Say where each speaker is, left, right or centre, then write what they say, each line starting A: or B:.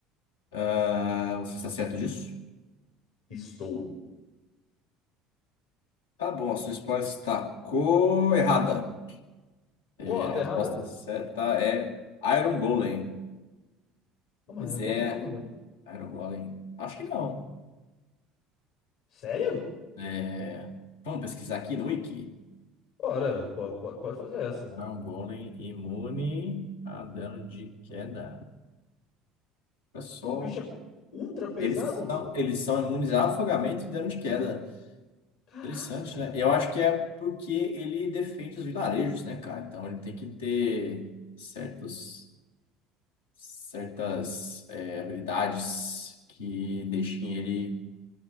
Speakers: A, on the left; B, on the left.
A: Ah, você está certo disso?
B: Estou.
A: Tá bom, a sua resposta está co- errada. E
B: Como? Ah,
A: a
B: tá
A: resposta
B: errada?
A: certa é Iron Golem.
B: Não, mas
A: Pois
B: ele é um
A: é,
B: golem toma dano de...
A: Iron Golem. Acho que não.
B: Sério?
A: É, Vamos pesquisar aqui no Wiki.
B: Ora, pô, pô, pode fazer essa.
A: Iron Golem imune a dano de queda. Olha só.
B: Que o bicho é ultra pesado,
A: Eles são,
B: pô.
A: eles são imunes a afogamento e dano de queda.
B: Caraca.
A: Interessante, né? Eu acho que é porque ele defende os vilarejos, né, cara? Então ele tem que ter certos. certas eh, habilidades que deixem ele